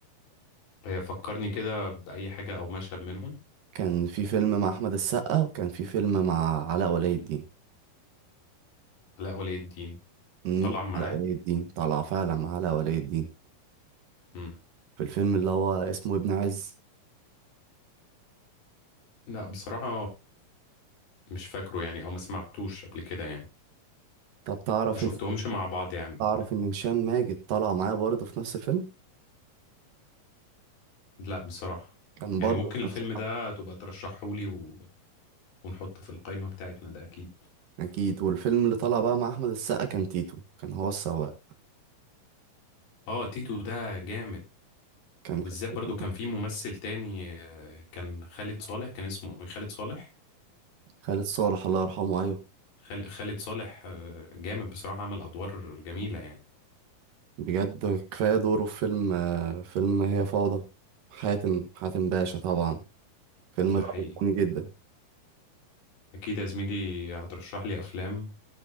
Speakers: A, on the left; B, on the right.
A: فكرني كده باي حاجه او مشهد منهم
B: كان في فيلم مع أحمد السقا وكان في فيلم مع علاء ولي الدين
A: لا ولي الدين
B: امم
A: طلع معاه
B: علاء ولي الدين طلع فعلا مع علاء ولي الدين
A: مم.
B: في الفيلم اللي هو اسمه ابن عز
A: لا بصراحة مش فاكره يعني او ما سمعتوش قبل كده يعني
B: طب تعرف
A: ما شفتهمش
B: ان
A: مع بعض يعني قبل
B: تعرف
A: كده
B: ان هشام ماجد طلع معايا برضه في نفس الفيلم
A: لا بصراحة
B: كان برضه
A: يعني ممكن
B: في
A: الفيلم
B: نفس الحفلة.
A: ده تبقى ترشحهولي و... ونحطه في القائمة بتاعتنا ده اكيد
B: اكيد والفيلم اللي طلع بقى مع احمد السقا كان تيتو كان هو السواق
A: اه تيتو ده جامد
B: كان
A: وبالذات
B: فيلم <laughs>
A: برضو كان في ممثل تاني آه، كان خالد صالح كان اسمه إيه؟ خالد صالح
B: خالد صالح الله يرحمه ايوه
A: خال- خالد صالح آه، جامد بصراحة عمل ادوار جميلة يعني
B: بجد كفايه دوره في فيلم آه، فيلم هي فوضى حاتم حاتم باشا طبعا الفيلم
A: ده
B: ده
A: حقيقي
B: عجبني جدا
A: اكيد يا زميلي هترشح لي افلام